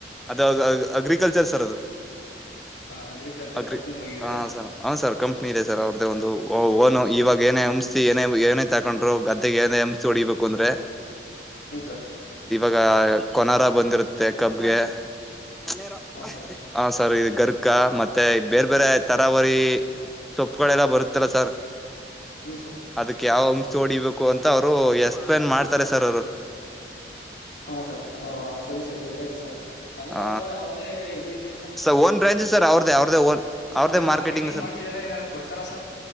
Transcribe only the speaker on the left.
ಹಾ ಅಗ್ರಿಕಲ್ಚರ್
ಕಂಪ್ನಿ ಮಡಗಿದಾರಾ
ಹ್ಮ್ಮ್ ಸಾ.
ಹಾಂ ಸರ್
ಹ್ಞೂ ಸರ್
ಹಾ ಸರ್ ಸರಿ ಸರಿ ಗೊತ್ತಾಯ್ತಿ ಸರ್. ಸ್ವಂತ
ಅವ್ರ್ದ ಅವ್ರದ. <unintelligible>
ಅಂದ್ರೆ
ಮಾಡ್ತಿದಾರ ಏನಾರ ಕೊಡ್ತಾರ ಸರ್